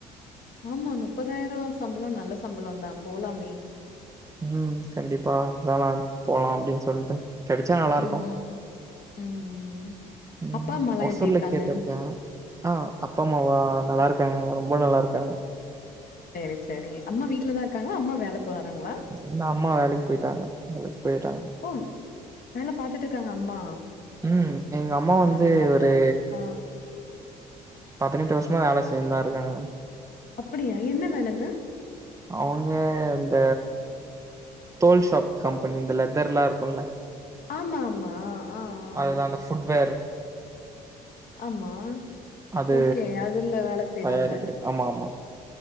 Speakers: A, on the left; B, on the right.
A: ஆமா முப்பதாயிரோ சம்பளோ நல்ல சம்பளோ தா போலாமே
B: ம் கண்டிப்பா அதல்லா போலா அப்டின்னு சொல்லிட்டு கெடச்சா நல்லா இருக்கு
A: ம். ம்.
B: ம்
A: அப்பா, அம்மாலாம்
B: ஒசூர்ல
A: எப்படி இருக்காங்க?
B: கேட்டு இருக்க ஆ அப்பா அம்மாவா நல்லா இருக்காங்க ரொம்ப நல்லா இருக்காங்க
A: செரி செரி அம்மா வீட்லதா இருக்காங்களா அம்மா வேல போறாங்களா
B: இல்ல அம்மா வேலைக்கு போயிட்டாங்க வேலைக்கு போயிட்டாங்க
A: ஓ வேல பாத்துட்டு இருக்காங்க அம்மா
B: ம் எங்க அம்மா வந்து
A: பரவால்ல
B: ஒரு
A: ஆ
B: பதினெட்டு வருஷமா வேல செஞ்சிதா இருக்காங்க
A: அப்டியா என்ன வேலங்க
B: அவங்க இந்த தோல் ஷாப் கம்பெனி இந்த லெதர்லா இருக்கும்ல
A: ஆமா ஆமா ஆ ஆ
B: அதுதா அந்த ஃபுட்வேர்
A: ஆமா
B: அது
A: ஓகே அதுல வேல செய்றாங்க
B: தயாரிக்கிற ஆமா ஆமா